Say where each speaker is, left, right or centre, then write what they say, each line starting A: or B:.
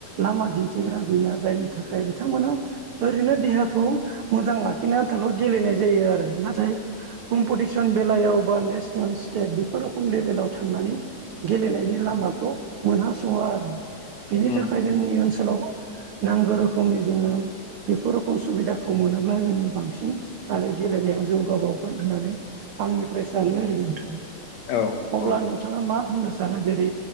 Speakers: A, on the right (about 75°); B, on the left (about 60°).
A: लामा दिन्थिग्रा गैया जायनि थाखाय बिथांमोना ओरैनो देहाखौ मोजां लाखिनो आन्थालाव गेलेनाय जायो आरो नाथाय कम्पिटिसन बेलायाव बा नेसनेल स्टेट बेफोर रोखोम लेभेलाव थांनानै गेलेनायनि लामाखौ
B: उम
A: मोनहासवा बेनि
B: उम
A: थाखाय जोंनि ओनसोलाव नांगौ रोखोमनि जोङो बेफोर रोखम सुबिदाखौ मोनोब्ला जोङो बांसिन आरो गेलेनायाव जौगाबाव गोन होननानै आंनिफ्राय सानो आरो नोंथां।
B: औ
A: अब्ला
B: औ
A: नोंथाङा मा होननो सानो? जेरै